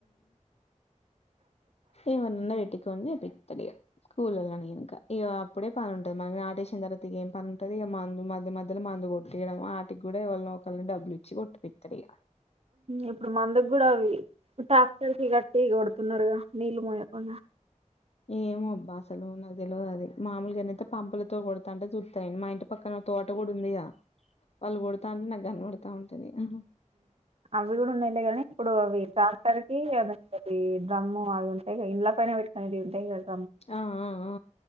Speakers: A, on the left; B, on the right.
A: ఎవరినన్నా పెట్టుకొని చేపితడిగా కూలోళ్లను గినక ఇగ అప్పుడే పని ఉంటది మ నాటేసిన తరువాతికి ఏం పని ఉంటది ఇక మందు మధ్య మధ్యలో మందు కొ తీయడం ఆటికి కూడా ఎవల్నో ఒక్కల్ని డబ్బులు ఇచ్చి కొట్టిపిత్తరు ఇగ.
B: ఇప్పుడు మందుకి కూడా అవి ట్రాక్టర్కి కట్టి కొడుతున్నరుగా నీళ్ళు మోయకుండా.
A: ఏమో అబ్బా అసలు నాకు తెలవది అది. మామూలుగానైతే పంపులతో కొడతాంటే చూ త్త నేను మా ఇంటి పక్కన తోట కూడా ఉందిగా వాళ్ళు కొడతాంటే నాకు కనపడతా ఉంటది. ఆహా
B: అవి కూడా ఉన్నయిలే గానీ ఇప్పుడు అవి ట్రాక్టర్ ఈ అదోకటి డ్రమ్ము అవి ఉంటయిగా ఇల్ల పైన పెట్టుకునేవి ఉంటయిగా అవి.
A: ఆ ఆ ఆ